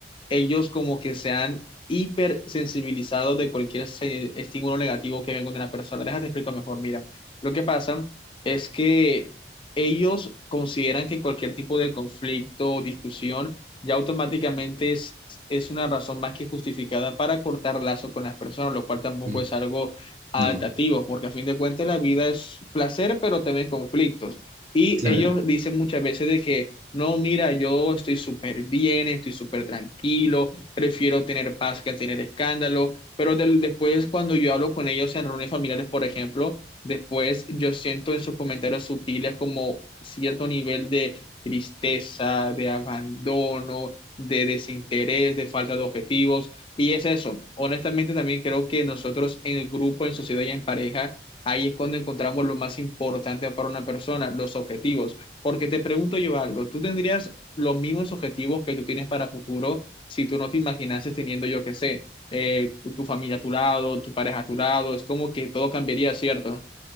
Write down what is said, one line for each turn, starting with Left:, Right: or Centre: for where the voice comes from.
Left: ellos como que se han hipersensibilizado de cualquier se- estímulo negativo que venga de una persona. Déjate explico mejor, mira. Lo que pasa es que ellos consideran que cualquier tipo de conflicto o discusión ya automáticamente es, es una razón más que justificada para cortar lazo con las personas, lo cual tampoco
Right: Mm,
Left: es algo adaptativo,
Right: No,
Left: porque a fin de cuentas la vida es placer, pero también conflictos. Y
Right: claro.
Left: ellos dicen muchas veces de que no, mira, yo estoy súper bien, estoy súper tranquilo, prefiero tener paz que tener escándalo, pero del- después cuando yo hablo con ellos en reuniones familiares, por ejemplo, después yo siento en sus comentarios sutiles como cierto nivel de tristeza, de abandono, de desinterés, de falta de objetivos, y es eso. Honestamente, también creo que nosotros en el grupo, en sociedad y en pareja, ahí es cuando encontramos lo más importante para una persona, los objetivos. Porque te pregunto yo algo, ¿tú tendrías los mismos objetivos que tú tienes para futuro si tú no te imaginases teniendo, yo qué sé, eh, tu, tu familia a tu lado, tu pareja a tu lado? Es como que todo cambiaría, ¿cierto?